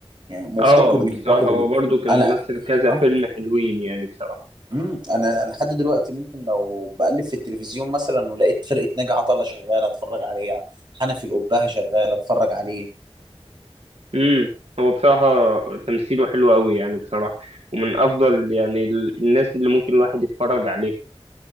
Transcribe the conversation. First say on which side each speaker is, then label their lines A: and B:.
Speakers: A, on the right; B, on the right.
A: يعني مفتقده
B: اه بصراحه
A: مفتقده
B: هو
A: م-
B: برضو كان
A: أنا
B: ممثل كذا
A: أه
B: فيلم حلوين يعني بصراحه
A: امم انا أنا لحد دلوقتي ممكن لو بقلب في التلفزيون مثلا ولقيت فرقه ناجي عطا الله شغاله اتفرج عليها حنفي القبهه شغاله اتفرج عليه
B: امم هو بصراحه تمثيله حلو قوي يعني بصراحه ومن افضل يعني ال- الناس اللي ممكن الواحد يتفرج عليها